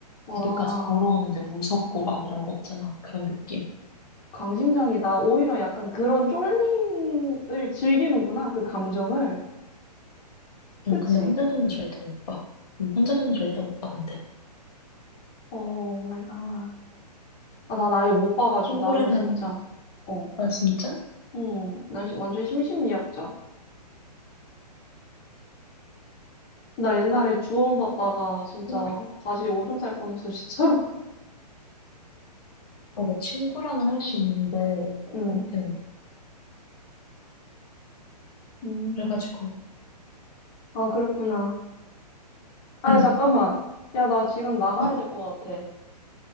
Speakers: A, on the left; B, on the left.
A: 와,
B: 집에까지 걸어오는데 무섭고 막 이런 거 있잖아. 그런 느낌.
A: 강심장이다. 오히려 약간 그런 쫄림을 즐기는구나, 그 감정을. 그치?
B: 응, 근데 혼자서는 절대 못 봐. 응, 혼자서는 절대 못 봐, 근데.
A: 오 마이 갓. 아, 난 아예 못 봐가지고
B: 친구랑은,
A: 나는 진짜 어,
B: 아, 진짜?
A: 음, 난 시- 완전 심신미약자. 나 옛날에 주원 봤다가 진짜
B: 응.
A: 바지에 오줌 쌀 뻔했어, 진짜로.
B: 아, 나 친구랑은 할 수 있는데,
A: 음,
B: 그렇게는. 못 봐.
A: 음,
B: 그래가지고,
A: 아 그랬구나. 아야
B: 응,
A: 잠깐만, 야 나 지금 나가야
B: 어?
A: 될 것 같아.